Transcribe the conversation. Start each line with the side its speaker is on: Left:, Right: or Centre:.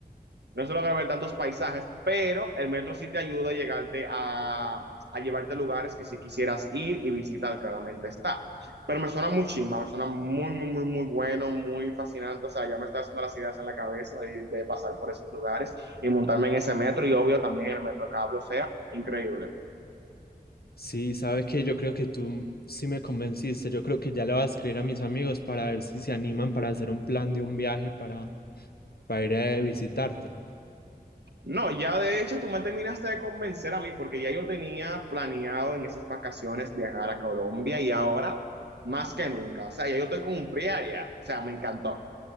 Right: no se logra ver tantos paisajes, pero el metro sí te ayuda a llegarte a, a llevarte a lugares que si quisieras ir y visitar, claramente está. Pero me suena muy chimba, me suena muy, muy, muy, muy bueno, muy fascinante. O sea, ya me está haciendo las ideas en la cabeza de, de pasar por esos lugares y montarme en ese metro y obvio también el metro cable, o sea, increíble.
Left: Sí, sabe que yo creo que tú sí me convenciste. Yo creo que ya le voy a escribir a mis amigos para ver si se animan para hacer un plan de un viaje para, para ir a visitarte.
Right: No, ya de hecho tú me terminaste de convencer a mí porque ya yo tenía planeado en esas vacaciones viajar a Colombia y ahora más que nunca, o sea, ya yo estoy con un pie allá, o sea, me encantó.